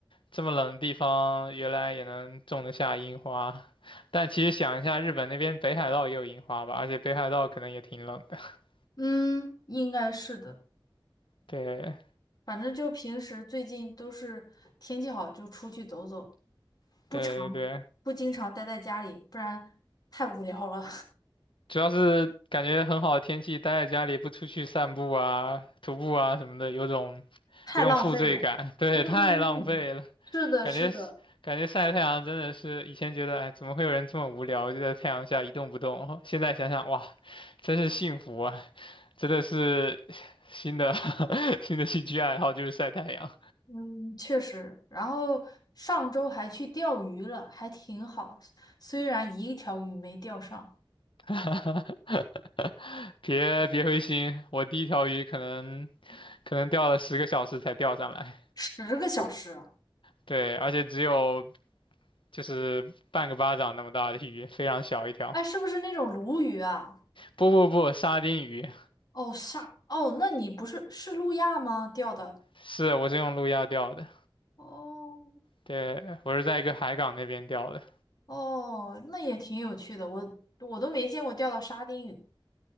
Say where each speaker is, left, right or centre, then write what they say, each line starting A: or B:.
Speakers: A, on the left; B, on the left.
A: 这么冷的地方原来也能种得下樱花，但其实想一下，日本那边北海道也有樱花吧，而且北海道可能也挺冷的。<laughs>
B: 嗯，应该是的。
A: 对
B: 反正就平时最近都是天气好就出去走走，不常
A: 对对对。
B: 不经常待在家里，不然太无聊了，
A: 主要是感觉很好的天气，待在家里不出去散步啊、徒步啊什么的，有种
B: <laughs> 太浪费了。
A: 有种负罪感。<laughs> 对，
B: 嗯嗯嗯，
A: 太浪费了，
B: 是的，
A: 感觉是感觉晒太阳真的是以前觉得，
B: 是的，
A: 哎，怎么会有人这么无聊，就在太阳下一动不动？现在想想，哇，真是幸福啊！真的是新的 <laughs> 新的兴趣爱好就是晒太阳。
B: 嗯，确实。然后上周还去钓鱼了，还挺好，虽然一条鱼没钓上，
A: <laughs> 别别灰心，我第一条鱼可能可能钓了十个小时才钓上来。
B: 十个小时啊。
A: 对，而且只有就是半个巴掌那么大的鱼，非常小一条。
B: 哎，是不是那种鲈鱼啊？
A: 不不不，沙丁鱼，
B: 哦，沙哦，那你不是是路亚吗？钓的？
A: 是我是用路亚钓的，
B: 哦。
A: 对，我是在一个海港那边钓的，
B: 哦，那也挺有趣的，我我都没见过钓到沙丁鱼。